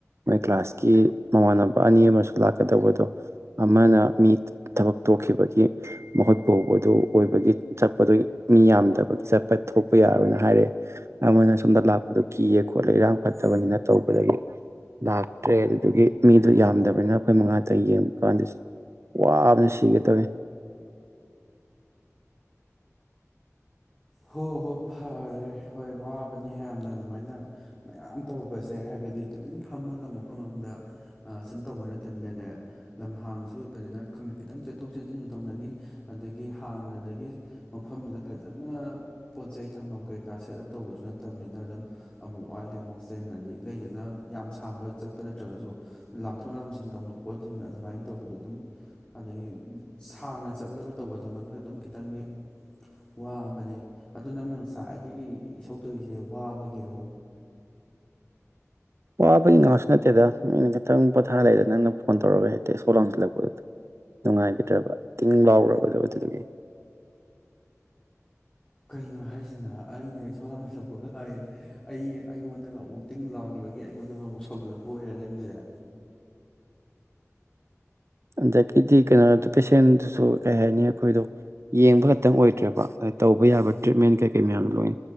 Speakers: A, on the right; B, on the left.
A: ꯃꯣꯏ ꯀ꯭ꯂꯥꯁꯀꯤ ꯃꯃꯥꯟꯅꯕ ꯑꯅꯤ ꯑꯃꯁꯨ ꯂꯥꯛꯀꯗꯧꯕꯗꯣ ꯑꯃꯅ ꯃꯤ ꯊꯕꯛ ꯇꯣꯛꯈꯤꯕꯒꯤ ꯃꯈꯨꯠ ꯄꯨꯕꯗꯨ ꯑꯣꯏꯕꯒꯤ ꯆꯠꯄꯗꯨꯒꯤ ꯃꯤ ꯌꯥꯝꯗꯕꯒꯤ ꯆꯠꯄ ꯊꯣꯛꯄ ꯌꯥꯔꯣꯏꯅ ꯍꯥꯏꯔꯦ ꯑꯃꯅ ꯁꯣꯝꯗ ꯂꯥꯛꯄꯗꯣ ꯀꯤꯌꯦ ꯈꯣꯠꯂꯦ ꯏꯔꯥꯡ ꯐꯠꯇꯕꯅꯤꯅ ꯇꯧꯕꯗꯒꯤ ꯂꯥꯛꯇ꯭ꯔꯦ ꯑꯗꯨꯗꯨꯒꯤ ꯃꯤꯗꯨꯣ ꯌꯥꯝꯗꯕꯅꯤꯅ ꯑꯩꯈꯣꯏ ꯃꯉꯥꯛꯇ ꯌꯦꯡꯕ ꯀꯥꯟꯗ ꯋꯥꯕꯅ ꯁꯤꯒꯦꯇꯧꯋꯦ
B: ꯍꯣꯏ ꯍꯣꯏ ꯐꯔꯦ ꯍꯣꯏ ꯋꯥꯕꯅꯦ ꯌꯥꯝꯅ ꯑꯗꯨꯃꯥꯏꯅ ꯃꯌꯥꯝ ꯇꯧꯔꯨꯕꯁꯦ ꯍꯥꯏꯕꯗꯤ ꯇꯨꯃꯤꯟ ꯐꯝꯃꯒ ꯃꯐꯝ ꯑꯃꯗ ꯁꯨꯝ ꯇꯧꯕ ꯅꯠꯇꯕꯅꯤꯅꯦ ꯂꯝ ꯍꯥꯡꯁꯨ ꯑꯣꯏꯕꯅꯤꯅ ꯈꯪꯗꯦ ꯈꯤꯇꯪ ꯆꯦꯟꯊꯣꯛ ꯆꯦꯟꯁꯤꯟꯁꯨ ꯇꯧꯅꯅꯤ ꯑꯗꯒꯤ ꯍꯥꯟꯅꯗꯒꯤ ꯃꯐꯝꯗꯨꯗ ꯐꯖꯅ ꯄꯣꯠ ꯆꯩꯩ ꯊꯝꯐꯝ ꯀꯩꯀꯥ ꯁꯦꯠ ꯑꯞ ꯇꯧꯕꯁꯨ ꯅꯠꯇꯕꯅꯤꯅ ꯑꯗꯨꯝ ꯑꯃꯨꯛ ꯋꯥꯠꯂꯦ ꯑꯃꯨꯛ ꯆꯦꯟ ꯑꯗꯩ ꯂꯩꯗꯅ ꯌꯥꯝ ꯁꯥꯡꯕ ꯆꯠꯄ ꯅꯠꯇ꯭ꯔꯒꯁꯨ ꯂꯥꯝꯊꯣꯛ ꯂꯥꯝꯁꯤꯟ ꯇꯧꯗꯣꯛꯄ ꯑꯗꯨꯃꯥꯏꯅ ꯇꯧꯕꯗꯣ ꯑꯗꯨꯝ ꯑꯗꯩ ꯁꯥꯡꯅ ꯆꯠꯂꯒ ꯇꯧꯕ ꯊꯕꯛꯅꯤꯅ ꯑꯗꯨꯝ ꯈꯤꯇꯪꯗꯤ ꯋꯥꯕꯅꯦ ꯑꯗꯨ ꯅꯪꯅ ꯉꯁꯥꯏꯗꯒꯤ ꯏꯁꯧ ꯇꯧꯏꯁꯦ ꯋꯥꯕꯒꯤꯔꯣ
A: ꯋꯥꯕꯒꯤ ꯉꯍꯥꯛꯁꯨ ꯅꯠꯇꯦꯗ ꯃꯤꯅ ꯈꯤꯇꯪ ꯄꯣꯊꯥꯂꯩꯗ ꯅꯪꯅ ꯐꯣꯟ ꯇꯧꯔꯒ ꯍꯦꯛꯇ ꯏꯁꯧ ꯂꯥꯡꯁꯤꯜꯂꯛꯄꯗꯣ ꯅꯨꯡꯉꯥꯏꯕꯤꯗ꯭ꯔꯕ ꯇꯤꯡ ꯂꯥꯎꯔꯨꯔꯕꯗꯣ ꯑꯗꯨꯗꯨꯒꯤ
B: ꯀꯩꯅꯣ ꯍꯥꯏꯁꯤꯅ ꯑꯩꯅ ꯏꯁꯧ ꯂꯥꯡꯁꯤꯜꯂꯛꯄꯒ ꯍꯥꯏꯌꯦ ꯑꯩ ꯑꯩꯉꯣꯟꯗꯒ ꯑꯃꯨꯛ ꯇꯤꯡ ꯂꯥꯎꯈꯤꯕꯒꯤ ꯑꯩꯉꯣꯟꯗꯒ ꯑꯃꯨꯛ ꯁꯧꯎꯖꯤꯜꯂꯛꯄ ꯑꯣꯏꯔꯦ ꯅꯪꯒꯤꯖꯦ
A: ꯑꯗꯒꯤꯗꯤ ꯀꯩꯅꯣꯗ ꯄꯦꯁꯦꯟꯗꯨꯁꯨ ꯀꯩ ꯍꯥꯏꯅꯤ ꯑꯩꯈꯣꯏꯗꯣ ꯌꯦꯡꯕ ꯈꯛꯇꯪ ꯑꯣꯏꯗ꯭ꯔꯦꯕ ꯇꯧꯕ ꯌꯥꯕ ꯇ꯭ꯔꯤꯠꯃꯦꯟ ꯀꯩꯀꯩ ꯃꯌꯥꯗꯣ ꯂꯣꯏ